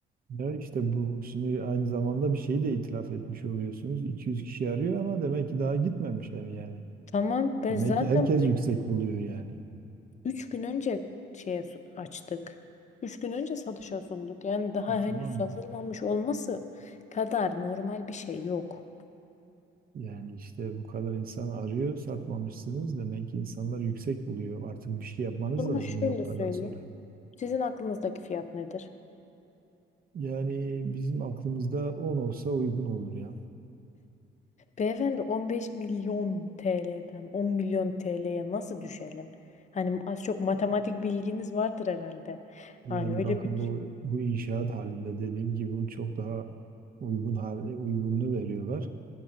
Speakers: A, on the right; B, on the left.
A: Ya işte bu şimdi aynı zamanda bir şeyi de itiraf etmiş oluyorsunuz. 200 kişi arıyor ama demek ki daha gitmemiş ev yani.
B: Tamam ben
A: Demek
B: zaten
A: ki herkes yüksek buluyor yani.
B: Üç gün önce şeye su- açtık. Üç gün önce satışa sunduk. Yani daha
A: E tamam.
B: henüz satılmamış
A: yani.
B: olması kadar normal bir şey yok.
A: Yani işte bu kadar insan arıyor, satmamışsınız. Demek ki insanlar yüksek buluyor. Artık bir şey yapmanız
B: Ama
A: lazım
B: şöyle
A: bir noktadan
B: söyleyeyim.
A: sonra.
B: Sizin aklınızdaki fiyat nedir?
A: Yani bizim aklımızda 10 olsa uygun olur ya.
B: Beyefendi 15 milyon TL'den 10 milyon TL'ye nasıl düşelim? Hani az çok matematik bilginiz vardır herhalde.
A: Yani
B: Hani öyle
A: bakın
B: bir...
A: bu bu inşaat halinde dediğim gibi bunun çok daha uygun hal, uygununu veriyorlar.